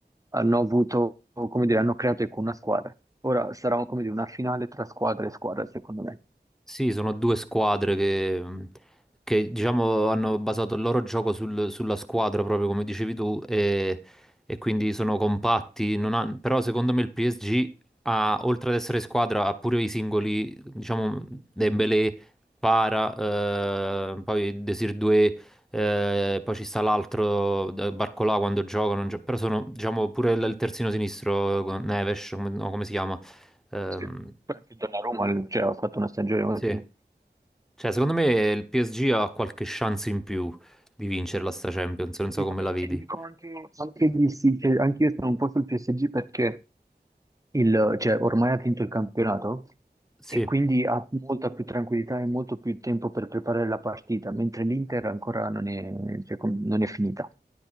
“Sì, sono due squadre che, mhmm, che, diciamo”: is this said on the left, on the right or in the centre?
Centre